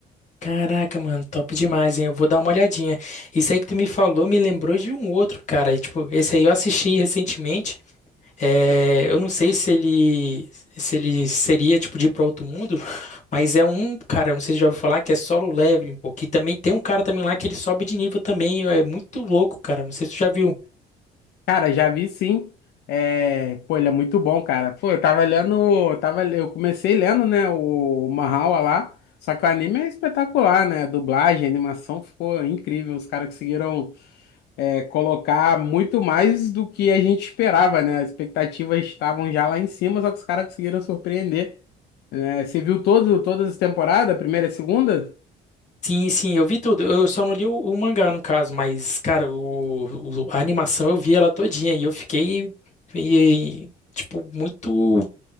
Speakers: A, on the left; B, on the left.
A: Caraca, mano, top demais, hein? Eu vou dar uma olhadinha. Isso aí que tu me falou me lembrou de um outro, cara. E, tipo, esse aí eu assisti recentemente. É, eu não sei se ele se ele seria tipo de ir pra outro mundo, mas é um, cara, eu não sei se já ouviu falar que é solo leveling, pô, que também tem um cara também lá que ele sobe de nível também, é muito louco, cara. Não sei se tu já viu.
B: Cara, já vi sim. É, pô, ele é muito bom, cara. Pô, eu tava lendo, eu tava, eu comecei lendo, né, o Mahoua lá. Só que o anime é espetacular, né? Dublagem, animação ficou incrível. Os caras conseguiram é, colocar muito mais do que a gente esperava, né? As expectativas estavam já lá em cima, só que os caras conseguiram surpreender. né? Você viu todo, todas as temporadas, a primeira e a segunda?
A: Sim, sim, eu vi tudo. Eu só não li o, o mangá, no caso, mas, cara, o, o- a animação eu vi ela todinha e eu fiquei, e- tipo, muito.